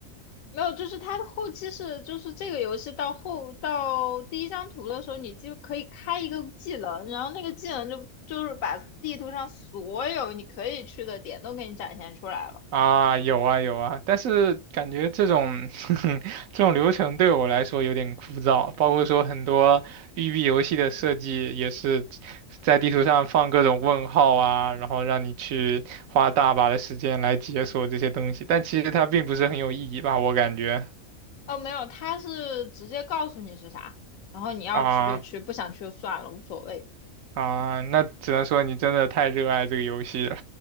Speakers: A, on the left (about 80°); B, on the right (about 75°).
A: 没有，就是它后期是，就是这个游戏到后到第一张图的时候，你就可以开一个技能，然后那个技能就就是把地图上所有你可以去的点都给你展现出来了。
B: 啊，有啊有啊，但是感觉这种 <laughs> 这种流程对我来说有点枯燥，包括说很多育碧游戏的设计也是在地图上放各种问号啊，然后让你去花大把的时间来解锁这些东西，但其实它并不是很有意义吧，我感觉
A: 哦，没有，它是直接告诉你是啥，然后你要去就去，
B: 啊
A: 不想去就算了，无所谓。
B: 啊，那只能说你真的太热爱这个游戏了，